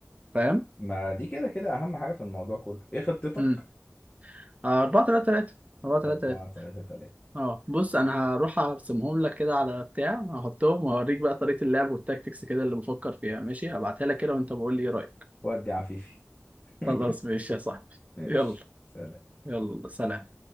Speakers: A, on the right; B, on the left.
A: فاهم
B: ما دي كده كده اهم حاجة في الموضوع كله ايه خطتك
A: امم 4 3 3 4 3
B: 4
A: 3
B: 3 3
A: اه بص انا هروح ارسمهم لك كده على بتاع هحطهم وهوريك بقى طريقة اللعب والتاكتكس كده اللي بفكر فيها ماشي هبعتها لك كده وانت بقول لي ايه رأيك
B: ودي عفيفي <laughs>
A: خلاص ماشي يا صاحبي
B: ماشي
A: يلا
B: سلام
A: يلا سلام